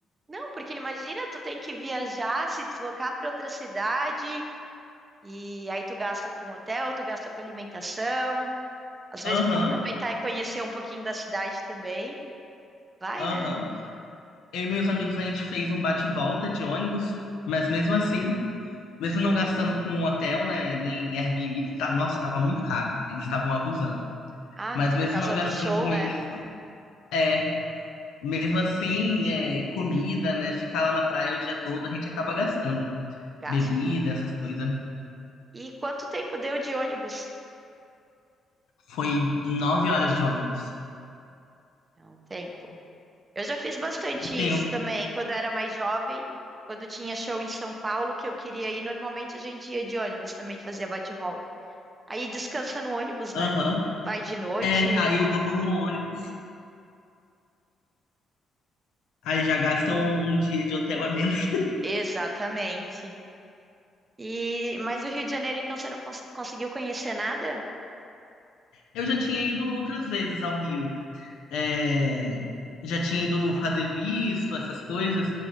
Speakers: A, on the right; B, on the left.
A: Não, porque imagina, tu tem que viajar, se deslocar para outra cidade, e aí tu gasta com hotel, tu gasta com alimentação. Às vezes
B: Aham,
A: tu quer aproveitar e conhecer um pouquinho da cidade também. Vai,
B: aham.
A: né?
B: Eu e meus amigos, a gente fez um bate-volta de ônibus. Mas mesmo assim. Mesmo não gastando com um hotel, né? Nem Airbnb, que tá, nossa, tava muito caro. Eles estavam abusando.
A: Ah,
B: Mas mesmo
A: por causa
B: não gastando
A: do show,
B: com
A: né?
B: isso, é. Mesmo assim, é, comida, né? Ficar lá na praia o dia todo, a gente acaba gastando.
A: Gasta.
B: Bebida, essas coisas.
A: E quanto tempo deu de ônibus?
B: Foi nove horas de ônibus.
A: É um tempo. Eu já fiz bastante
B: Um
A: isso
B: tempo.
A: também, quando eu era mais jovem, quando tinha show em São Paulo que eu queria ir, normalmente a gente ia de ônibus também, fazia bate-volta. Aí descansa no ônibus, né?
B: Aham.
A: Vai de noite.
B: É, aí eu durmo no ônibus. Aí já gastam um, um dia de hotel a menos.
A: Exatamente. E mas o Rio de Janeiro, então, você não cons- conseguiu conhecer nada?
B: Eu já tinha ido outras vezes ao Rio. é, já tinha ido fazer visto, essas coisas.